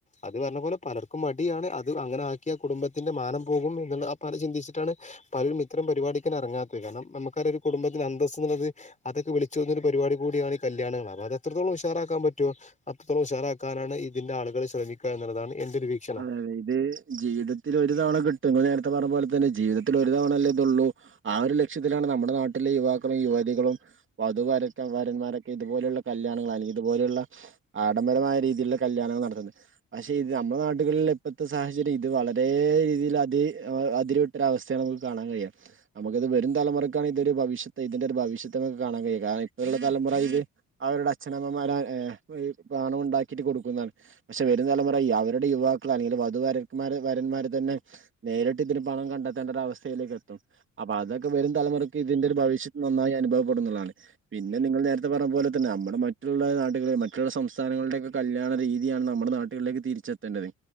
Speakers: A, on the left; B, on the right.
A: അത് പറഞ്ഞ പോലെ പലർക്കും മടിയാണ്. അത് അങ്ങനെ ആക്കിയാ കുടുംബത്തിന്റെ മാനം പോകും. എന്നുള്ള ആ <unintelligible> ചിന്തിച്ചിട്ടാ ണ് പലരുംമിത്തരം പരിപാടിക്കന്നെ എറങ്ങാത്തത് കാരണം, നമ്മക്ക് അറിയാ ഒരു കുടുംബത്തിന് അന്തസ് ന്നുള്ളത് അതൊക്കെ വിളിച്ച് <unintelligible> പരിപാടി കൂടിയാണ് ഈ കല്യാണങ്ങൾ. അപ്പ അത് എത്രത്തോളം ഉഷാറാക്കാൻ പറ്റോ, അത്രത്തോളം ഉഷാറാക്കാനാണ് ഇതിന്റെ ആളുകൾ ശ്രമിക്കാ എന്നുള്ളതാണ്. എന്റെ ഒരു വീക്ഷണം
B: അതെ. അതെ ഇത് ജീവിതത്തിൽ ഒരു തവണ കിട്ടും, ഇങ്ങള് നേരത്തെ പറഞ്ഞപോലെ തല്ലെ. ജീവിതത്തിൽ ഒരു തവണല്ലേ ഇതൊള്ളൂ ആ ഒരു ലക്ഷ്യത്തിലാണ് നമ്മുടെ നാട്ടിലെ യുവാക്കളും, യുവതികളും, വധൂ വരക്ക വരന്മാരെ ഇതുപോലെയുള്ള കല്യാണങ്ങൾ അല്ലെങ്കിൽ ഇതുപോലെയുള്ള ആഡംബരമായ രീതിയിലുള്ള കല്യാണങ്ങൾ നടത്തുന്നത്. പക്ഷെ ഇത് നമ്മുളെ നാ കുട്ടികളിലെ ഇപ്പത്തെ സാഹചര്യം ഇത് വളരെ രീതിൽ അതി അതിര് വിട്ടൊരു അവസ്ഥയാണ് നമുക്ക് കാണാൻ കഴിയുക നമുക്കിത് വരും തലമുറക്കാണ് ഇതൊരു ഭവിഷ്യത്ത് ഇതിന്റെ ഒരു ഭവിഷത്ത് നമുക്ക് കാണാൻ കഴിയുക കാരണം ഇപ്പോഴുള്ള തലമുറക്ക് അവരുടെ അച്ഛനമ്മമാർ പണം ഉണ്ടാക്കിയിട്ട് കൊടുക്കുന്നതാണ് പക്ഷെ വരും തലമുറ അവരുടെ യുവാ ക്കൾ അല്ലെങ്കിൽ വധുവരന്മാർ വരന്മാര് തന്നെ നേരിട്ട് ഇതിന് പണം കണ്ടെത്തേണ്ട ഒരു അവസ്ഥയിലേക്ക് എത്തും അപ്പൊ അതൊക്കെ വരും തലമുറക്ക് ഇതിന്റെ ഒരു ഭവി്ഷത്ത് നന്നായി അനുഭവപ്പെടും എന്നുള്ളതാണ് പിന്നെ നിങ്ങൾ നേരത്തെ പറഞ്ഞ പോലെ തന്നെ നമ്മുടെ മറ്റുള്ള നാടുകളിൽ മറ്റുള്ള സംസ്ഥാനങ്ങളുടെയൊക്കെ കല്യാണ രീതിയാണ് നമ്മുടെ നാട്ടുകളിലേക്ക് തിരിച്ചെത്തേണ്ടതേ